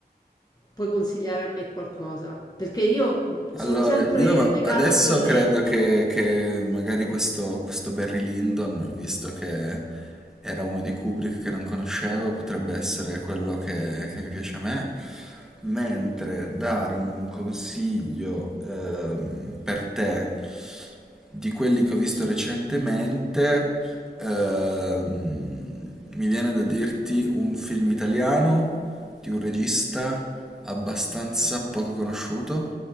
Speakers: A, on the left; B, in the centre.
A: puoi consigliare a me qualcosa, perché io sono
B: Allora,
A: sempre
B: io va-
A: legata
B: adesso
A: a quelli
B: credo
A: vecchi.
B: che, che magari questo, questo Barry Lyndon, visto che era uno di Kubrick che non conoscevo, potrebbe essere quello che, che mi piace a me. Mentre dare un consiglio ehm, per te di quelli che ho visto recentemente, ehm, mi viene da dirti un film italiano di un regista abbastanza poco conosciuto